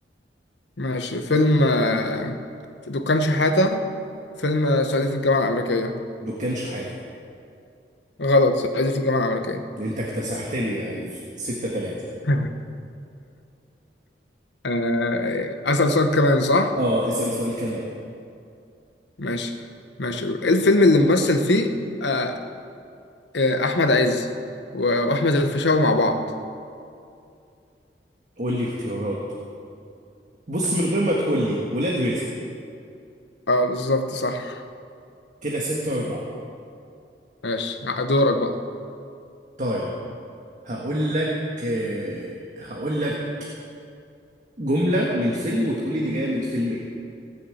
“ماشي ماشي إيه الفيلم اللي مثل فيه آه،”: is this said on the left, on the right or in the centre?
Left